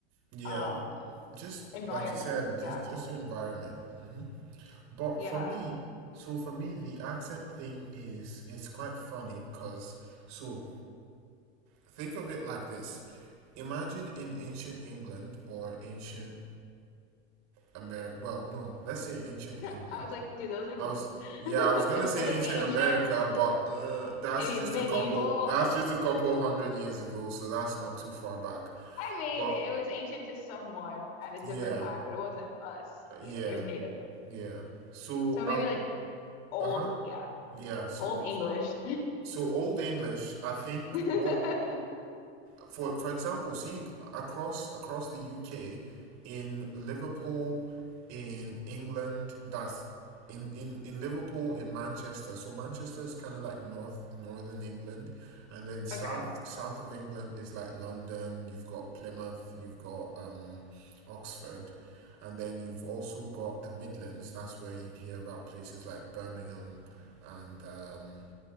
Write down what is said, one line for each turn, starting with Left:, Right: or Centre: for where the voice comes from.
Right: Yeah.
Left: um,
Right: Just
Left: environment.
Right: like you said,
Left: Yeah.
Right: just just the environment. Mm-hmm. But
Left: Yeah.
Right: for me, so for me, the accent thing is it's quite funny because so think of it like this. Imagine in ancient England or ancient America. Well, no, let's say ancient
Left: <laughs>
Right: England.
Left: I was like, do those exist?
Right: I was yeah,
Left: <laughs>
Right: I was gonna
Left: Is,
Right: say
Left: was it
Right: ancient
Left: ancient?
Right: America, but uh, that's
Left: Maybe
Right: just
Left: medieval?
Right: a couple. That's
Left: Uh,
Right: just a couple hundred years ago, so that's not too far back.
Left: I mean,
Right: But
Left: it was ancient to someone at a different
Right: yeah,
Left: time, but it wasn't us. You
Right: yeah,
Left: know, there's native.
Right: yeah. So
Left: So
Right: um,
Left: maybe like old,
Right: uh-huh.
Left: yeah,
Right: Yeah, so
Left: old English.
Right: so Old English, I think
Left: <laughs>
Right: what for for example, see across across the UK, in Liverpool, in England, that's in in in Liverpool in Manchester. So Manchester is kind of like north northern England, and then south
Left: Okay.
Right: south of England is like London. You've got Plymouth, you've got um, Oxford, and then you've also got the Midlands. That's where you'd hear about places like Birmingham, and um,